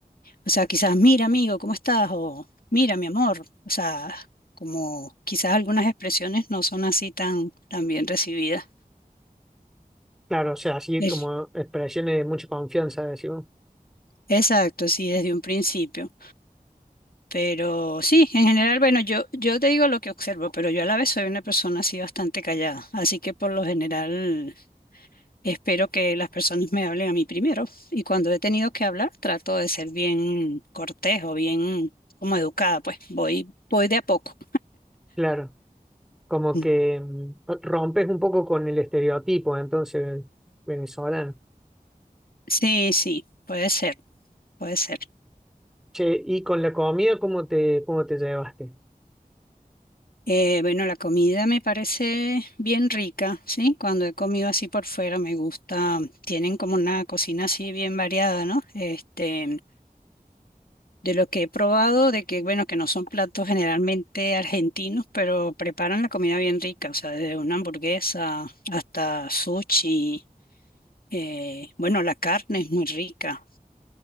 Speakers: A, on the left; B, in the centre.
A: O sea, quizás, mira, amigo, ¿cómo estás? O mira, mi amor. O sea, como quizás algunas expresiones no son así tan, tan bien recibidas.
B: Claro, o sea, así
A: Es-
B: como expresiones de mucha confianza, decimos.
A: Exacto, sí, desde un principio. Pero sí, en general, bueno, yo, yo te digo lo que observo, pero yo a la vez soy una persona así bastante callada. Así que por lo general espero que las personas me hablen a mí primero. Y cuando he tenido que hablar, trato de ser bien cortés o bien como educada, pues voy, voy de a poco.
B: Claro. como
A: Mm.
B: que mm, rompes un poco con el estereotipo, entonces, venezolano.
A: Sí, sí, puede ser. Puede ser.
B: Che, y con la comida, ¿cómo te, cómo te llevaste?
A: Eh, bueno, la comida me parece bien rica, ¿sí? Cuando he comido así por fuera me gusta. Tienen como una cocina así bien variada, ¿no? Este, de lo que he probado, de que, bueno, que no son platos generalmente argentinos, pero preparan la comida bien rica, o sea, desde una hamburguesa hasta sushi. eh, bueno, la carne es muy rica.